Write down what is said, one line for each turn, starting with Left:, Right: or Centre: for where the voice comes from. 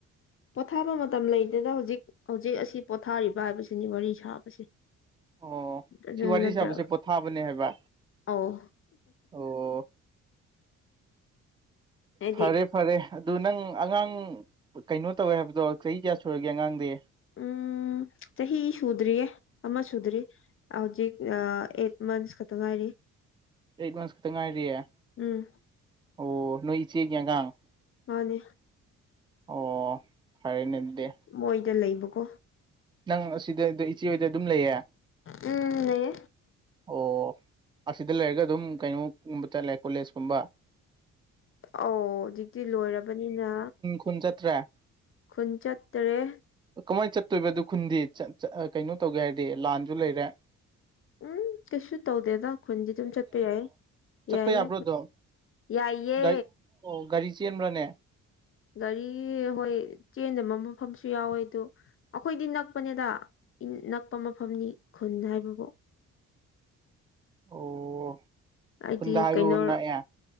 Left: ꯄꯣꯊꯥꯕ ꯃꯇꯝ ꯂꯩꯇꯦꯗꯥ ꯍꯧꯖꯤꯛ ꯍꯧꯖꯤꯛ ꯑꯁꯤ ꯄꯣꯊꯥꯔꯤꯕ ꯍꯥꯏꯕꯁꯤꯅꯤ ꯋꯥꯔꯤ ꯁꯥꯕꯁꯦ
Right: ꯑꯣ
Left: ꯑꯗꯨ
Right: ꯁꯤ ꯋꯥꯔꯤ
Left: ꯅꯠꯇ꯭ꯔ
Right: ꯁꯥꯕꯁꯦ ꯄꯣꯊꯥꯕꯅꯦ ꯍꯥꯏꯕ
Left: ꯑꯧ
Right: ꯑꯣ
Left: ꯍꯥꯏꯗꯤ
Right: ꯐꯔꯦ ꯐꯔꯦ ꯑꯗꯨ ꯅꯪ ꯑꯉꯥꯡ ꯀꯩꯅꯣ ꯇꯧꯋꯦ ꯍꯥꯏꯕꯗꯣ ꯆꯍꯤ ꯀꯌꯥ ꯁꯨꯔꯒꯦ ꯑꯉꯥꯡꯗꯤ <unintelligible>
Left: ꯎꯝ ꯆꯍꯤ ꯁꯨꯗ꯭ꯔꯤꯌꯦ ꯑꯃꯥ ꯁꯨꯗ꯭ꯔꯤ ꯍꯧꯖꯤꯛ ꯑꯩꯠ ꯃꯟꯁ ꯈꯛꯇꯥ ꯉꯥꯏꯔꯤ
Right: ꯑꯩ ꯂꯣꯟꯁ ꯈꯛꯇꯪ ꯉꯥꯏꯔꯤꯑꯦ
Left: ꯎꯝ
Right: ꯑꯣ ꯅꯣꯏ ꯏꯆꯦꯒꯤꯒꯥꯡ
Left: ꯃꯥꯅꯦ
Right: ꯑꯣ ꯐꯔꯦꯅꯦ ꯑꯗꯨꯗꯤ
Left: ꯃꯣꯏꯗ ꯂꯩꯕꯀꯣ
Right: ꯅꯪ ꯑꯁꯤꯗ ꯏꯆꯦ ꯍꯣꯏꯗ ꯑꯗꯨꯝ ꯂꯩꯌꯦ
Left: ꯎꯝ ꯂꯩꯌꯦ
Right: ꯑꯣ ꯑꯁꯤꯗ ꯂꯩꯔꯒ ꯑꯗꯨꯝ ꯀꯩꯅꯣꯒꯨꯝꯕ ꯆꯠꯂꯦ ꯀꯣꯂꯦꯖꯀꯨꯝꯕ
Left: ꯑꯧ ꯍꯧꯖꯤꯛꯇꯤ ꯂꯣꯏꯔꯕꯅꯤꯅ
Right: ꯀꯨꯟꯖ ꯇ꯭ꯔꯦ
Left: ꯈꯨꯟ ꯆꯠꯇꯔꯦ
Right: ꯀꯃꯥꯏꯅ ꯆꯠꯇꯣꯏꯕ ꯑꯗꯨ ꯈꯨꯟꯗꯤ ꯀꯩꯅꯣ ꯇꯧꯒꯦ ꯍꯥꯏꯔꯗꯤ ꯂꯥꯟꯁꯨ ꯂꯩꯔꯦ
Left: ꯎꯝ ꯀꯩꯁꯨ ꯇꯧꯗꯦꯗ ꯈꯨꯟꯗꯤ ꯑꯗꯨꯝ ꯆꯠꯄ ꯌꯥꯏ
Right: ꯆꯠꯄ
Left: ꯌꯥꯏꯌꯦ
Right: ꯌꯥꯕ꯭ꯔꯣꯗꯣ
Left: ꯌꯥꯏꯌꯦ
Right: ꯒꯥꯔꯤ ꯑꯣ ꯒꯥꯔꯤ ꯆꯦꯟꯕ꯭ꯔꯥꯅꯦ
Left: ꯒꯥꯔꯤ ꯍꯣꯏ ꯆꯦꯟꯗꯕ ꯃꯐꯝꯁꯨ ꯌꯥꯎꯋꯦ ꯑꯗꯨ ꯑꯩꯈꯣꯏꯗꯤ ꯅꯛꯄꯅꯦꯗ ꯅꯛꯄ ꯃꯐꯝꯅꯤ ꯈꯨꯟ ꯍꯥꯏꯕꯕꯨ
Right: ꯑꯣ
Left: ꯍꯥꯏꯗꯤ
Right: ꯈꯨꯟꯗ ꯍꯥꯏꯕꯕꯨ
Left: ꯀꯩꯅꯣ
Right: ꯅꯛꯑꯦ